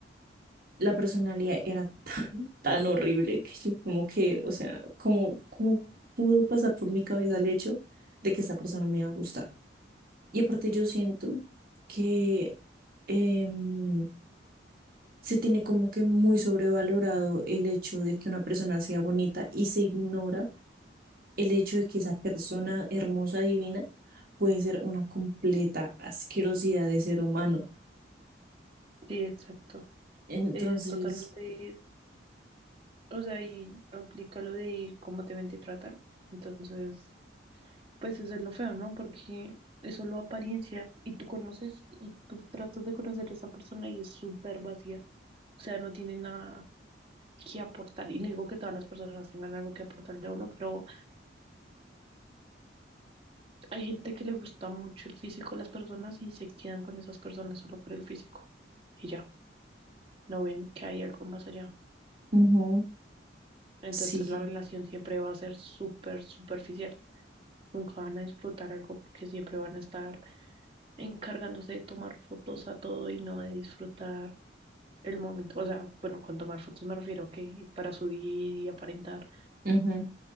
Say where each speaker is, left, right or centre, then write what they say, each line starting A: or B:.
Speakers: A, on the right; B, on the right.
A: la personalidad era tan, <laughs> tan horrible que yo como que, o sea, como, como pudo pasar por mi cabeza el hecho de que esta persona me iba a gustar. Y aparte yo siento que... em, se tiene como que muy sobrevalorado el hecho de que una persona sea bonita y se ignora el hecho de que esa persona hermosa, divina, puede ser una completa asquerosidad de ser humano.
B: Sí, exacto.
A: Entonces,
B: Es totalmente, o sea, y aplica lo de cómo te ven, te tratan. Entonces, Pues eso es lo feo, ¿no? Porque es solo apariencia y tú conoces y tú tratas de conocer a esa persona y es súper vacía. O sea, no tiene nada que aportar. Y no digo que todas las personas tengan algo que aportarle a uno, pero hay gente que le gusta mucho el físico de las personas y se quedan con esas personas solo por el físico. Y ya, no ven que hay algo más allá.
A: Ujú.
B: Entonces
A: sí,
B: la relación siempre va a ser súper superficial. Nunca van a disfrutar algo porque siempre van a estar encargándose de tomar fotos a todo y no de disfrutar el momento, o sea, bueno, con tomar fotos me refiero que para subir y aparentar,
A: ujú,